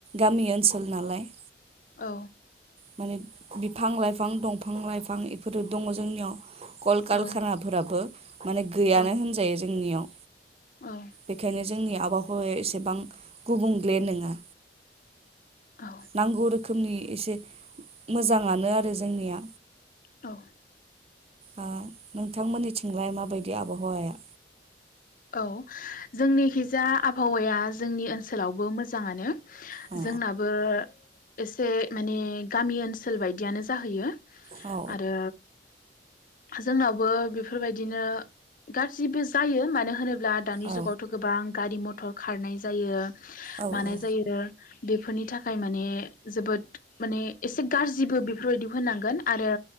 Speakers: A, on the right; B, on the left.
A: गामि ओनसोल नालाय
B: औ
A: माने बिफां लाइफां दंफां लाइफां बेफोरो दङ जोंनियाव कल
B: औ
A: कारखानाफोराबो माने गैयानो
B: औ
A: होनजायो जोंनियाव
B: औ
A: बेखायनो जोंनिया आबाहावाया एसेबां गुबुंग्ले नङा।
B: औ
A: नांगौ रोखोमनि एसे मोजाङानो आरो जोंनिया।
B: औ
A: आ नोंथांमोननिथिंलाय माबायदि आबहावाया?
B: औ जोंनिखिजा आबहावाया जोंनि ओनसोलावबो मोजाङानो।
A: औ
B: जोंनाबो एसे माने गामि ओनसोल बायदियानो जाहैयो।
A: औ
B: आरो जोंनावबो बेफोरबायदिनो गारजिबो जायो होनोब्ला दानि
A: औ
B: जुगावथ' गोबां गारि मथर खारनाय जायो
A: औ
B: मानाय
A: औ
B: जायो बेफोरनि थाखाय माने जोबोद माने एसे गारजिबो बेफोरबायदि होनांगोन आरो